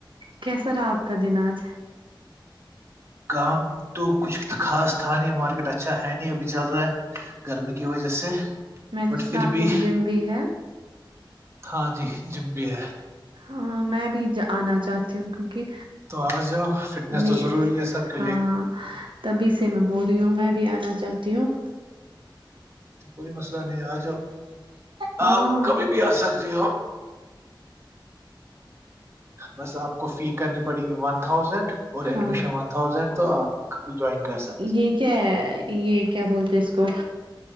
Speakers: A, on the right; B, on the right.
A: کیسا رہا آپ کا دن آج
B: کام تو کچھ خاص تھا نہیں مارکیٹ اچھا ہے نہیں ابھی چل رہا ہے گرمی کی وجہ سے
A: میں نے
B: بٹ
A: سنا
B: پھر
A: آپ
B: بھی
A: کو جم بھی ہے
B: ہاں جی جم بھی ہے
A: ہاں میں بھی آنا چاہتی ہوں کیونکہ
B: تو آ جاؤ فٹنس
A: میں
B: تو ضروری ہے سب کے
A: ہاں
B: لیے
A: تبھی سے میں بول رہی ہوں میں بھی آنا چاہتی ہوں
B: تو کوئی مسئلہ نہیں آجاؤ
A: ہاں
B: آپ کبھی بھی آ سکتے ہو بس آپ کو فی کرنی پڑے گی ون تھاؤزینڈ اور ایڈمیشن
A: ہاں
B: ون تھازینڈ تو آپ جوائن کر سکتی
A: یہ
B: ہو
A: کیا ہے یہ کیا بولتے ہیں